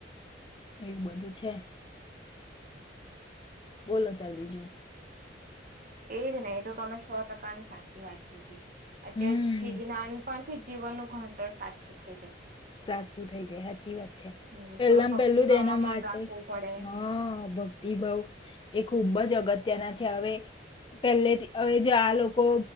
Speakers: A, on the left (about 25°); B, on the right (about 50°).
A: એવું બધું છે. બોલો ત બીજું?
B: એજ નહી એ તો અમે સો ટકાની સાચી વાત કીધી અત્યાર
A: હમ
B: ચીજ નાન પણ થી જીવનનું ઘણતર સાચું થઈ જાય.
A: સાચું થઈ જાય સાચી વાત છે.
B: હમ
A: પેલામાં
B: થોડું ભક્તિભાવમાં
A: પેલું તો એના માટે
B: મન રાખવું પડે.
A: હા, ભક્તિભાવ એ ખુબ જ અગત્ય અગત્યના છે. હવે પહેલે હવે જો આ લોકો